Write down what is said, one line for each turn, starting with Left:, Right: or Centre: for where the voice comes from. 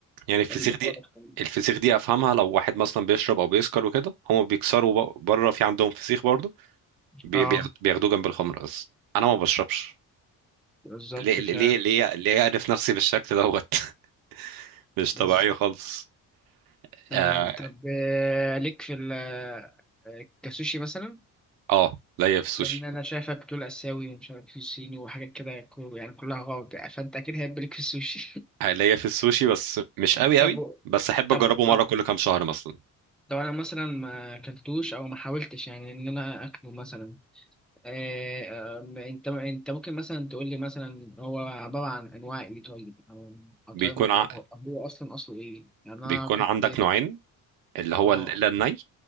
Right: يعني الفسيخ
Centre: البطاله
Right: دي
Centre: الخليجية.
Right: الفسيخ دي افهمها لو واحد مثلا بيشرب او بيسكر وكده هما بيكسروا ب- بره في عندهم فسيخ برضه بي-
Centre: اه
Right: بياخد- بياخدوه جنب الخمر اصلا انا ما بشربش
Centre: بالظبط
Right: ليه ليه
Centre: ف
Right: ليه ليه اعرف نفسي بالشكل دوت <laughs> مش
Centre: بالظبط
Right: طبيعيه خالص
Centre: تمام
Right: اه
Centre: طب آه، ليك في ال آه، كسوشي مثلا
Right: آه، ليا في السوشي
Centre: لان انا شايفك بتقول اسيوي ومش عارف في صيني وحاجات كده كو- يعني كلها غلط يعني، فانت اكيد هيبقى ليك في السوشي
Right: آه، ليا في السوشي بس مش
Centre: <laughs>
Right: قوي قوي
Centre: طب
Right: بس احب
Centre: طب
Right: اجربه مره
Centre: آه،
Right: كل كام شهر مثلا
Centre: لو انا مثلا ما اكلتوش او ما حاولتش يعني ان انا اكله مثلا آه، آه، انت انت ممكن مثلا تقول لي مثلا هو عباره عن انواع ايه طيب او او
Right: بيكون
Centre: طعم- او
Right: ع...
Centre: أو هو اصلا اصله ايه يعني
Right: بيكون
Centre: انا كنت
Right: عندك نوعين اللي هو
Centre: اه
Right: الا الني